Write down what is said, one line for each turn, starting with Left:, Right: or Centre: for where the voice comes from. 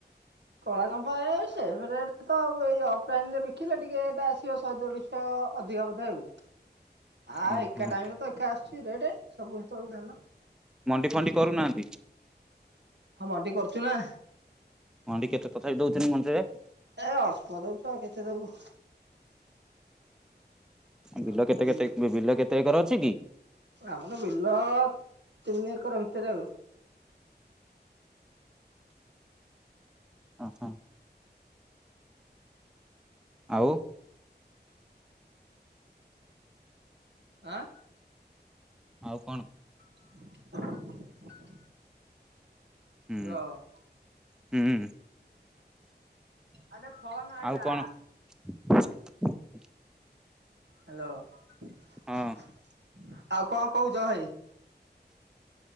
Right: କଳାଚମ୍ପା ଏ ସେମ୍ ରେଟ ତ ଆଉ। ଏଇ ଅଫଲାଇନ ରେ ବିକିଲେ ଟିକେ ରେଟ୍ ଆସିବ ଶହେ ଦେଡ଼ୁଶ। ଅଧିକା ବଧେ ଆଉ। ଆ
Centre: ଓହୋ
Right: ଏକା ଟାଇମ ରେ ତ ଏକା ଆସୁଛି ରେଟ୍। ସବୁ ସେତେବେଳକୁ ଧାନ।
Centre: ମଣ୍ଡି ଫଣ୍ଡି କରୁନାହାନ୍ତି?
Right: ହଁ ମଣ୍ଡି କରୁଛୁ ନା?
Centre: ମଣ୍ଡି କେତେ ତଥାପି ଦଉଛନ୍ତି ମଣ୍ଡିରେ?
Right: ଏ ଅଳ୍ପ ଦଉଛୁ ଆଉ କେତେ ଦବୁ?
Centre: ବିଲ
Right: ଅଳ୍ପ
Centre: କେତେ
Right: ଦେଇଛୁ
Centre: କେତେ ବିଲ କେତେ ଏକର ଅଛି କି?
Right: ଆମର ବିଲ ତିନି ଏକର ଭିତରେ ଆଉ।
Centre: ହଁ ହଁ। ଆଉ
Right: ଆଁ
Centre: ଆଉ କଣ?
Right: <inaudible>
Centre: ହୁଁ
Right: ହ୍ୟାଲୋ ଆଉ
Centre: ହୁଁ।
Right: ଆଉଗୋଟେ ଫୋନ ଆଇଲା।
Centre: ଆଉ କଣ <inaudible>
Right: ହାଲୋ ଆଉ
Centre: ହଁ
Right: କଣ କହୁଚ ଭାଇ?